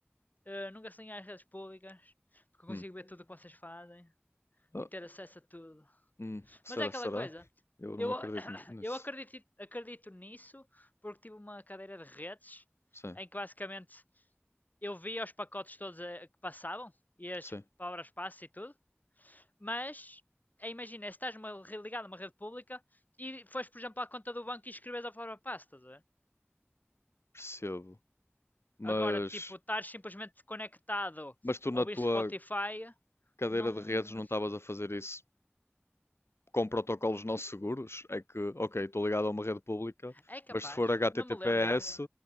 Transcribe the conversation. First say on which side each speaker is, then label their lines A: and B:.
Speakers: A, on the left; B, on the left.
A: eh, nunca se liguem às redes públicas, porque eu
B: Hum.
A: consigo ver tudo o que vocês fazem
B: Ah,
A: e ter acesso a tudo.
B: hum. Será,
A: Mas é aquela
B: será?
A: coisa.
B: Eu não
A: Eu,
B: acredito
A: <coughs>
B: muito nisso.
A: eu acredito, acredito nisso porque tive uma cadeira de redes
B: Sim,
A: em que basicamente eu via os pacotes todos a- que passavam e as
B: sim,
A: palavras passe e tudo. Mas, é, imagina, se estás numa rede ligada a uma rede pública e fores, por exemplo, à conta do banco e escreves a forma passe, estás a ver?
B: percebo. Mas,
A: Agora, tipo, estar simplesmente conectado
B: mas tu na
A: a ouvir
B: tua
A: Spotify,
B: cadeira
A: não.
B: de redes não estavas a fazer isso com protocolos não seguros, é que, ok, estou ligado a uma rede pública,
A: É capaz.
B: mas se for HTTPS,
A: Não me lembro já.